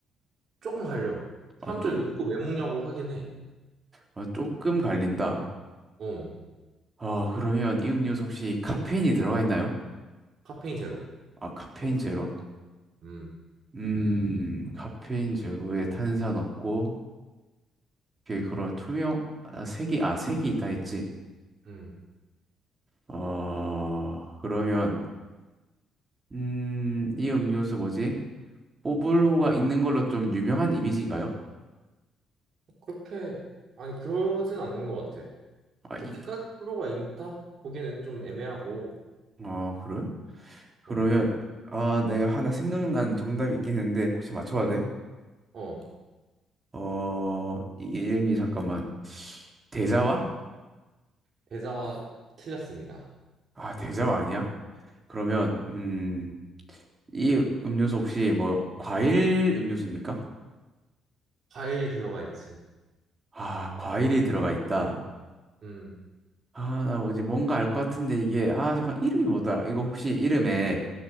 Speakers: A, on the right; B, on the right.
A: 조금 갈려.
B: 아,
A: 사람들
B: 쪼,
A: 이거 왜 먹냐고 하긴 해.
B: 아, 조금 갈린다.
A: 어,
B: 아, 그러면 이 음료수 혹시 카페인이 들어가 있나요?
A: 카페인 제로.
B: 아, 카페인
A: 없습니다.
B: 제로.
A: 음,
B: 음, 카페인 제로에 탄산 없고, 이게 그런 투명, 아, 색이, 아, 색이 있다 했지.
A: 음.
B: 어, 그러면, 음, 이 음료수 뭐지? 뽀블호가 있는 걸로 좀 유명한 이미지인가요?
A: 그렇게, 아니, 그러진 않는 것 같아.
B: 아,
A: 그렇게까지
B: 있,
A: 호불호가 있다? 보기에는 좀 애매하고,
B: 아, 그래? 그러면,
A: 어,
B: 아, 내가 하나 생각난 정답이 있긴 했는데, 혹시 맞춰봐도 돼?
A: 어,
B: 어, 이 이름이 잠깐만. 대자와?
A: 대자와 틀렸습니다.
B: 아, 대자와 아니야? 그러면, 음, 이 음료수 혹시 뭐, 과일 음료수입니까?
A: 과일이 들어가 있지.
B: 아, 과일이 들어가 있다.
A: 음,
B: 아, 나 뭐지, 뭔가 알 것 같은데 이게, 아, 잠깐, 이름이 뭐더라? 이거 혹시 이름에